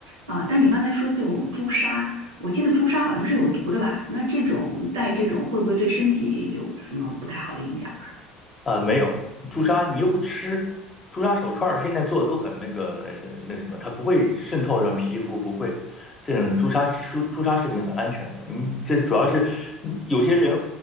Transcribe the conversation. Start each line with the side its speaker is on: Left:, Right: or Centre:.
Right: 啊、但你刚才说这种朱砂，我记得朱砂好像是有毒的吧？那这种戴这种会不会对身体有什么不太好的影响？
Left: 啊，没有朱砂，你又不吃朱砂手串儿，现在做的都很那个是那什么，它不会渗透上皮肤，不会。这种朱砂朱朱砂饰品很安全的，你这主要是嗯有些人